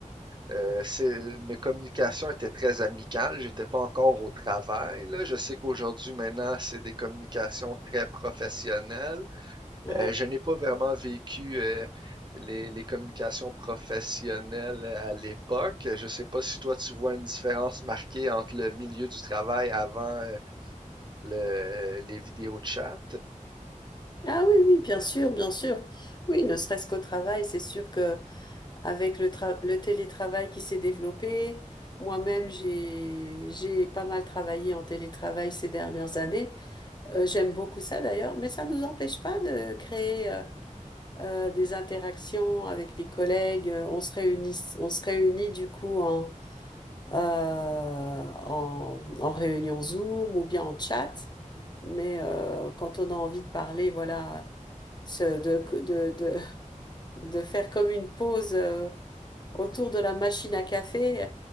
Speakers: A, on the right; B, on the left.
A: euh, c'est- mes communications étaient très amicales. J'étais pas encore au travail, là. Je sais qu'aujourd'hui, maintenant, c'est des communications très professionnelles.
B: ouais.
A: Euh, je n'ai pas vraiment vécu euh, les, les communications professionnelles euh, à l'époque. Je ne sais pas si toi, tu vois une différence marquée entre le milieu du travail avant euh, le, les vidéos de chat.
B: Ah oui, oui, bien sûr, bien sûr. Oui, ne serait-ce qu'au travail, c'est sûr que avec le, tra- le télétravail qui s'est développé, moi-même, j'ai, j'ai pas mal travaillé en télétravail ces dernières années. Euh, j'aime beaucoup ça d'ailleurs, mais ça ne nous empêche pas de créer. euh, euh, des interactions avec les collègues. euh, On se réunit, on se réunit du coup en, euh, en, en réunion Zoom ou bien en chat. Mais euh, quand on a envie de parler, voilà, se- de, de, de, de faire comme une pause. euh, autour de la machine à café,